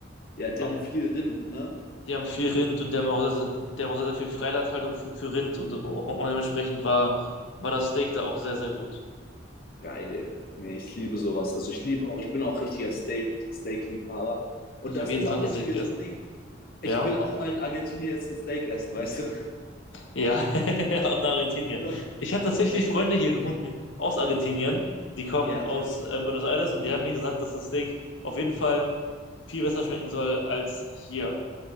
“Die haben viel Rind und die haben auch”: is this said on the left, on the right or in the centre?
Left